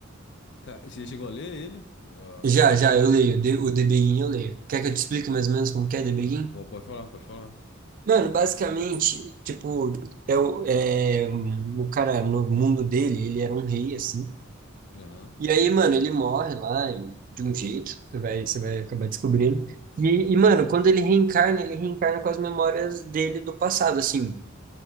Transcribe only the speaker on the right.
Já,
já,
eu leio. De- O The Begin eu leio. Quer que eu te explique mais ou menos como que é The Begin?
Mano, basicamente, tipo, é o, é, um, o cara no mundo dele, ele era um rei, assim.
E aí, mano, ele morre lá e- de um jeito, você vai, você vai acabar descobrindo.
E,
e, mano, quando ele reencarna, ele reencarna com as memórias dele do passado, assim.